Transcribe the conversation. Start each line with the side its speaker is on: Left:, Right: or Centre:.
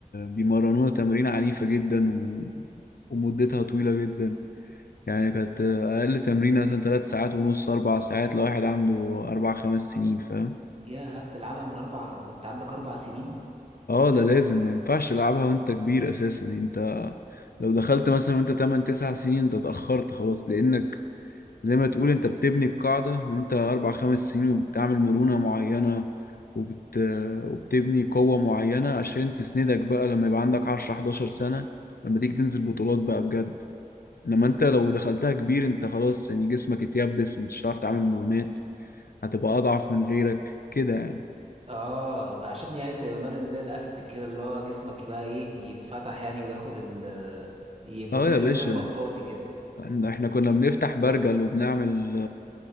Left: بيمرنونا تمارين عنيفه جدا و... ومدتها طويله جدا يعني كانت اقل تمرين مثلا ثلاث ساعات ونص اربع ساعات لو واحد عنده اربع خمس سنين فاهم
Right: يا بتلعبها من اربع وانت عندك اربع سنين
Left: اه ده لازم ما ينفعش تلعبها وانت كبير اساسا يعني انت لو دخلت مثلا وانت 8 9 سنين انت اتأخرت خلاص لانك زي ما تقول انت بتبني القاعدة وانت 4 5 سنين وبتعمل مرونة معينة وبت... وبتبني قوة معينة عشان تسندك بقى لما يبقى عندك 10 11 سنة لما تيجي تنزل بطولات بقى بجد انما انت لو دخلتها كبير انت خلاص يعني جسمك اتيبس ومش هتعرف تعمل مرونات هتبقى اضعف من غيرك كده يعني
Right: اه ده عشان يعني تمارس زي الاستك كده اللي هو جسمك يبقى ايه يتفتح يعني وياخد ال يبقى
Left: اه
Right: زي
Left: يا باشا
Right: زي المطاطي كده
Left: احنا إحنا كنا بنفتح برجل وبنعمل